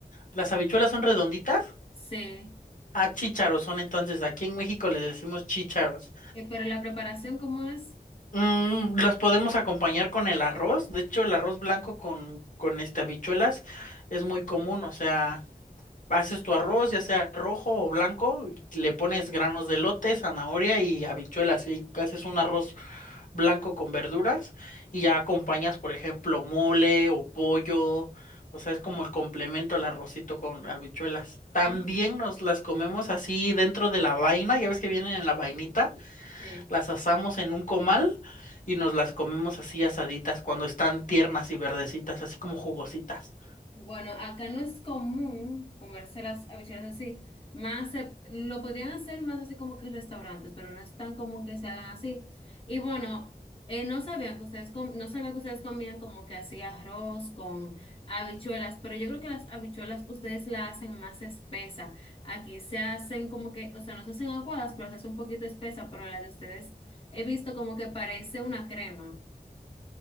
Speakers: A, on the left; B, on the left.
A: ¿Las habichuelas son redonditas?
B: Sí.
A: Ah, chícharos son entonces, aquí en México les decimos chícharos.
B: Eh, pero la preparación, ¿cómo es?
A: Mm, las podemos acompañar con el arroz, de hecho el arroz blanco con, con este habichuelas es muy común, o sea, haces tu arroz, ya sea rojo o blanco, y le pones granos de lote zanahoria y habichuelas y haces un arroz blanco con verduras y ya acompañas, por ejemplo, mole o pollo. O sea, es como el complemento al arrocito con habichuelas. También
B: Ah,
A: nos las comemos así dentro de la vaina, ya ves que vienen en la vainita,
B: sí.
A: las asamos en un comal y nos las comemos así asaditas cuando están tiernas y verdecitas, así como jugositas.
B: Bueno, acá no es común comerse las habichuelas así. Más se- lo podrían hacer más así como que en restaurantes, pero no es tan común que se hagan así. Y bueno, eh, no sabían que ustedes com- no sabía que ustedes comían como que así arroz con habichuelas, pero yo creo que las habichuelas ustedes la hacen más espesa. Aquí se hacen como que, o sea, no se hacen aguadas, pero se hace un poquito espesa, pero la de ustedes he visto como que parece una crema.